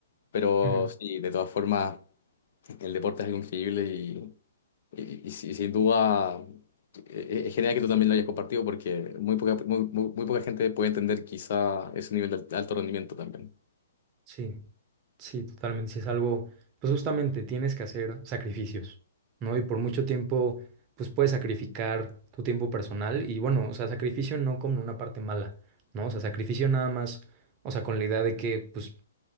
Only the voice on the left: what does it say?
pero
sí, de todas formas, el deporte es algo increíble y, y- y si- sin duda eh, es genial que tú también lo hayas compartido porque muy poca, muy, muy- muy poca gente puede entender quizá ese nivel de alt- alto rendimiento también,